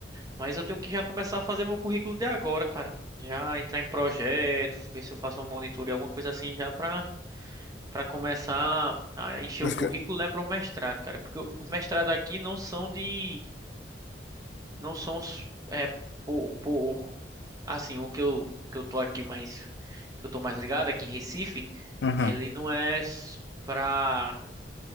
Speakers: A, on the right; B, on the left.
A: mas eu tenho que já começar a fazer meu currículo de agora, cara. Já entrar em projeto, ver se eu faço uma monitoria, alguma coisa assim já pra, pra começar a encher
B: Mas
A: o currículo,
B: que-
A: né, para o mestrado, cara. Porque os mestrados aqui não são de não são os- é por, por assim, o que eu que eu tô aqui mais que eu tô mais ligado aqui em Recife,
B: Aham.
A: ele não é para